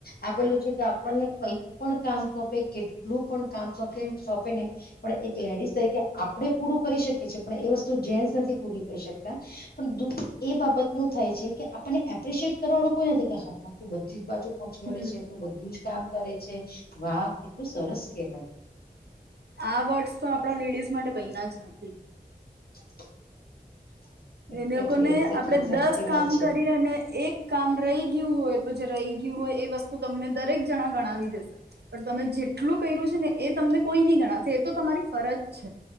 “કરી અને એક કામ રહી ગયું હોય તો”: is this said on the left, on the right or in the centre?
Right